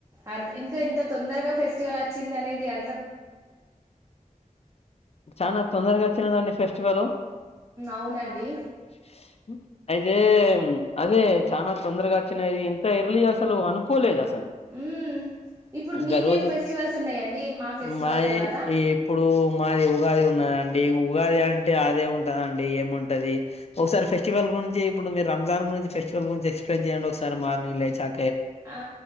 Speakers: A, on the right; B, on the left.
A: అ ఇంకా ఇంత తొందరగా ఫెస్టివల్ అచ్ వచిన్ దనేది అ
B: చానా తొందరగా వచ్చినదండి ఫెస్టివలు
A: అవునండి
B: అవునండీ అయితే అదే చానా తొందరగా వచ్చినది ఇంత ఎర్లీ గా అసలు అనుకోలేదు అసలు
A: హుమ్ ఇప్పుడు మీకేం
B: గా రోజులు
A: ఫెస్టివల్స్ ఉన్నాయండి మా ఫెస్టివల్
B: మాది
A: తర్వాత
B: ఈ ఇప్పుడూ మాది ఉగాది ఉన్నదండి ఉగాది అంటే అదే ఉంటదండి ఏముంటది ఒకసారి ఫెస్టివల్ గురించి ఇప్పుడు మీరు రంజాన్ గురించి ఫెస్టివల్ గురించి ఎక్స్ప్లెయిన్ చేయండి ఒకసారి మార్నింగ్ లే చ
A: ఆ